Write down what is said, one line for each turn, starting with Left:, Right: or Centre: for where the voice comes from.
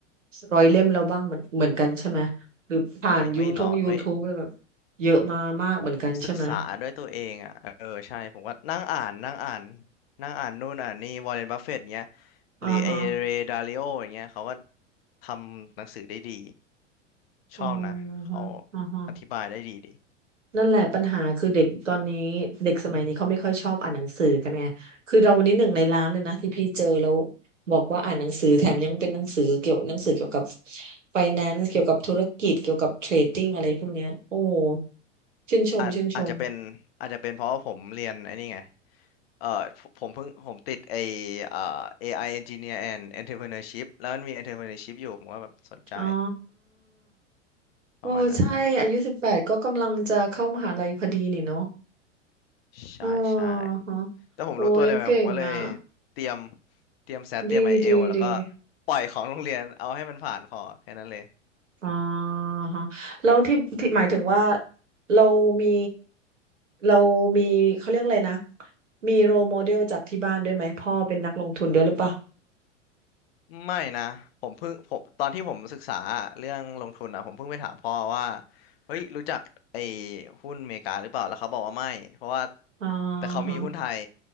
Right: ร้อยเล่มแล้วบ้างเหมือนเหมือนกันใช่ไหมหรือผ่านยูทง
Left: โอ้ยไม่รอไม่
Right: YouTube อะไรแบบเยอะมามากเหมือนกันใช่ไหม
Left: ผมศึกษาด้วยตัวเองอ่ะเออใช่ผมก็นั่งอ่านนั่งอ่านนั่งอ่านนู่นอ่านนี่วอร์เรนบัฟเฟตต์เงี้ย
Right: อ่าฮะ
Left: หรือไอเรดาลิโออย่างเงี้ยเขาก็ทำหนังสือได้ดี
Right: อ๋ออ่าฮะ
Left: ชอบนะเขาอธิบายได้ดีดี
Right: นั่นแหละปัญหาคือเด็กตอนนี้เด็กสมัยนี้เขาไม่ค่อยชอบอ่านหนังสือกันไงคือเราวันนี้หนึ่งในร้านเลยนะที่พี่เจอแล้วบอกว่าอ่านหนังสือแถมยังเป็นหนังสือเกี่ยวหนังสือเกี่ยวกับ f i n a n c ์เกี่ยวกับธุรกิจเกี่ยวกับเทรดดิ้งอะไรพวกเนี้ยโอ้โหชื่นชมชื่นชม
Left: อาจอาจจะเป็นอาจจะเป็นเพราะว่าผมเรียนไอ้นี่ไง เอ่อผมผมเพิ่งผมติดไอเอ่อ AI Engineer and Entrepreneurship แล้วมันมี Entrepreneurship อยู่ผมก็แบบสนใจ
Right: อ๋อโอ้ใช่อายุสิบแปดก็กำลังจะเข้ามหาลัยพอดีนี่เนาะ
Left: ประมาณนั้นว่ะใช่ใช่
Right: อ๋อฮะ
Left: แต่ผมรู้ตัวเลยไงผมก็เลย
Right: โอ้ยเก่งอ่ะ
Left: เตรียมเตรียมแซดเตรียมไอเอลแล้วก็
Right: ดีดีดี
Left: ปล่อยของโรงเรียนเอาให้มันผ่านพอแค่นั้นเลย
Right: อ่าฮะแล้วที่ที่หมายถึงว่าเรามีเรามีเขาเรียกอะไรนะมีโรโมเดลจากที่บ้านด้วยไหมพ่อเป็นนักลงทุนด้วยหรือเปล่า
Left: ไม่นะผมเพิ่งผมตอนที่ผมศึกษาเรื่องลงทุนอ่ะผมเพิ่งไปถามพ่อว่าเฮ้ยรู้จักไอ้หุ้นอเมริกาหรือเปล่าแล้วเขาบอกว่าไม่เพราะว่า
Right: อ่า
Left: แต่เขามีหุ้นไทย
Right: ฮะ